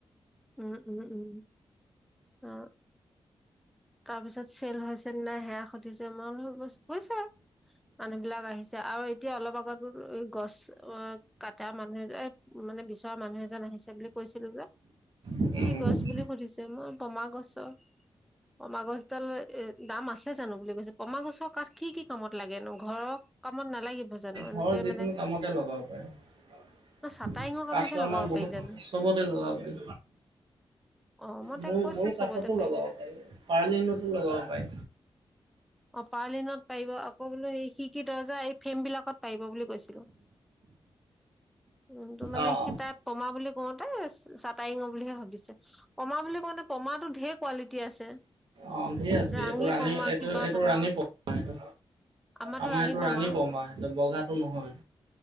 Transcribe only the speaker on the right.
উম,
ঘৰৰ যিকোনো
কামতে লগাব পাৰে।
কাঠটো
আমাৰ
বহুত
উ চবতে লগাব পাৰি,
মোৰ
মোৰ কাষতো
লগাব পাৰি। পাৰ্লিনতো লগাব পাৰি,
অ',
অ', ধেৰ আছে
এইটো ৰাণী
এইটো
এইটো
ৰাণী এইটো,
আমাৰ
এইটো
ৰাণী পমা এইটো বগাটো নহয়।